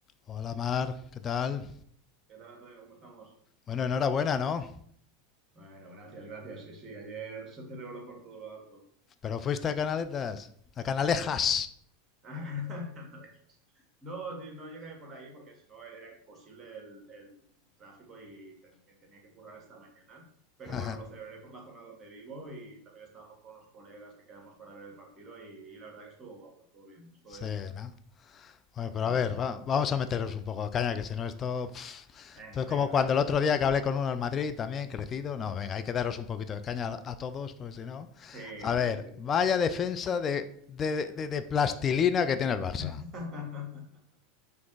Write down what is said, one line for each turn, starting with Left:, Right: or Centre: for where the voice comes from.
Left: Hola Mar, ¿qué tal?
Right: ¿Qué tal, Antonio? ¿Cómo estamos?
Left: Bueno, enhorabuena, ¿no?
Right: Bueno, gracias, gracias. Sí, sí, ayer se celebró por todo lo alto. <laughs>
Left: Pero fuiste a Canaletas, a Canalejas.
Right: Ah, no dejas. No, tío, no llegué por ahí porque si no era imposible el, el tráfico y también tenía que currar esta mañana. Pero
Left: <laughs>
Right: bueno, lo celebré por la zona donde vivo y también estábamos con unos colegas que quedamos para ver el partido y, y la verdad que estuvo guapo, estuvo bien, estuvo
Left: Sí,
Right: divertido.
Left: ¿no? Bueno, pero
Right: Sí,
Left: a ver,
Right: sí, sí,
Left: va-
Right: sí.
Left: vamos a meteros un poco a caña, que si no esto... pf,
Right: Venga,
Left: esto es
Right: venga,
Left: como cuando
Right: venga.
Left: el otro día que hablé con uno en Madrid, también crecido. No, venga, hay que daros un poquito de caña a, a todos, porque si no...
Right: Sí,
Left: A
Right: sí,
Left: ver,
Right: sí.
Left: vaya defensa de, de, de- de plastilina que tiene el Barça.
Right: <laughs>